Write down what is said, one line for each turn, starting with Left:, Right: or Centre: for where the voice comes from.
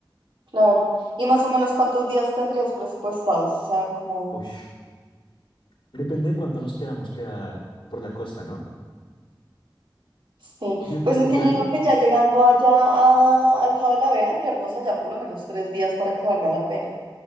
Right: claro. ¿Y más o menos cuántos días tendrías presupuestados? O sea, como,
Left: Uy, depende de cuánto nos queramos quedar por la costa, ¿no?
Right: sí.
Left: Yo creo que
Right: Pues
Left: este
Right: es
Left: viaje,
Right: que yo digo que ya llegando allá a- al Cabo de la Vela, quedarnos allá por lo menos tres días para que valga la pena.